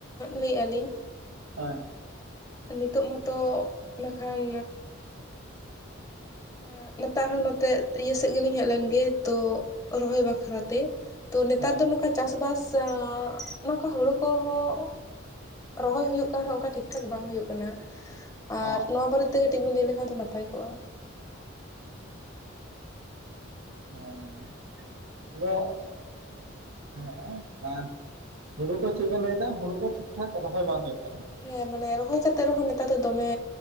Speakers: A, on the left; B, on the right.
A: ᱞᱟᱹᱭᱮᱫ ᱟᱞᱤᱧᱼᱼ
B: ᱦᱮᱸ
A: ᱱᱤᱛᱳᱜ ᱢᱟᱛᱚ ᱱᱟᱠᱷᱟᱱᱼᱼ ᱮ ᱱᱮᱛᱟᱨ ᱦᱚᱸ ᱱᱚᱛᱮ ᱤᱭᱟᱹ ᱥᱮᱫ ᱜᱮᱞᱤᱧ ᱦᱮᱡ ᱞᱮᱱ ᱜᱮ ᱛᱚ ᱨᱚᱦᱚᱭ ᱵᱟᱠᱷᱨᱟᱛᱮ᱾ ᱛᱚ ᱱᱮᱛᱟᱨ
B: ᱦᱮᱸ
A: ᱫᱚ ᱱᱚᱝᱠᱟ ᱪᱟᱥ ᱵᱟᱥ ᱮ ᱱᱚᱝᱠᱟ ᱦᱩᱲᱩ ᱠᱚᱦᱚᱸᱼᱼ ᱨᱚᱦᱚᱭ ᱦᱩᱭᱩᱜ ᱠᱟᱱ ᱨᱮᱦᱚᱸ ᱚᱱᱠᱟ ᱴᱷᱤᱠ ᱴᱷᱟᱠ ᱵᱟᱝ ᱦᱩᱭᱩᱜ ᱠᱟᱱᱟ
B: ᱚ
A: ᱟᱨ ᱱᱚᱣᱟ ᱵᱟᱨᱮᱼᱼ ᱛᱮ ᱠᱟᱹᱴᱤᱡ ᱵᱤᱱ ᱞᱟᱹᱭ ᱞᱮᱠᱷᱟᱱ ᱫᱚ ᱱᱟᱯᱟᱭ ᱠᱚᱜᱼᱟ?
B: ᱦᱮᱸ ᱟᱫᱚᱼᱼ <unintelligible> ᱦᱮᱸ ᱦᱩᱲᱩ ᱠᱚ ᱪᱮᱫ ᱵᱮᱱ ᱞᱟᱹᱭ ᱫᱟ ᱦᱩᱲᱩ ᱠᱚ ᱴᱷᱤᱠ ᱴᱷᱟᱠ ᱨᱚᱦᱚᱭ ᱵᱟᱝ ᱦᱩᱭᱩᱜ ᱠᱟᱱᱟ᱾
A: ᱦᱮᱸ ᱢᱟᱱᱮ ᱨᱚᱦᱚᱭ ᱠᱟᱛᱮᱜ ᱨᱮᱦᱚᱸ ᱱᱮᱛᱟᱨ ᱫᱚ ᱫᱚᱢᱮ